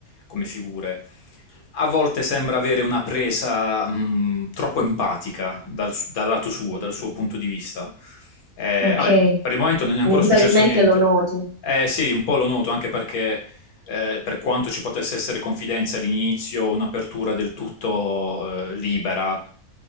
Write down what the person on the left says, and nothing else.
come figure, a volte sembra avere una presa mh, troppo empatica dal, su- dal lato suo, dal suo punto di vista. Eh,
vabbè, per il momento non è ancora
successo niente.
Eh sì, un po' lo noto, anche perché eh, per quanto ci potesse essere confidenza all'inizio, un'apertura del tutto eh, libera,